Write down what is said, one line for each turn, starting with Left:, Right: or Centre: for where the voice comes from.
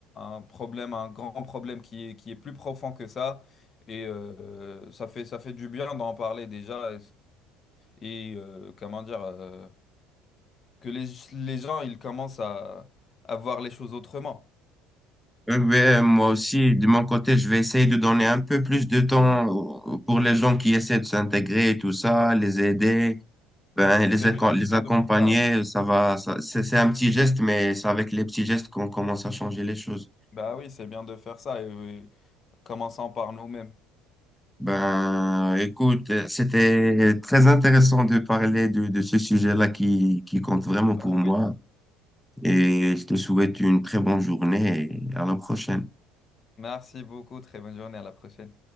Left: un problème, un grand problème qui est, qui est plus profond que ça. Et euh, ça fait, ça fait du bien d'en parler déjà. Et, et, euh, comment dire, euh, que les, les gens, ils commencent à à voir les choses autrement.
Centre: Euh, ouais, moi aussi, de mon côté, je vais essayer de donner un peu plus de temps au- pour les gens qui essaient de s'intégrer et tout ça, les aider, ben, les,
Left: C'est
Centre: acco-
Left: bien, c'est
Centre: les
Left: bien
Centre: accompagner.
Left: de faire ça, ouais.
Centre: Ça va, ça- c'est c'est un petit geste, mais c'est avec les petits gestes qu'on commence à changer les choses.
Left: Bah oui, c'est bien de faire ça. Et, oui, commençons par nous-mêmes.
Centre: Ben, écoute, euh, c'était très intéressant de parler de, de ce sujet-là qui, qui compte vraiment
Left: Bah
Centre: pour moi.
Left: oui.
Centre: Et je te souhaite une très bonne journée et à la prochaine.
Left: Merci beaucoup. Très bonne journée. À la prochaine.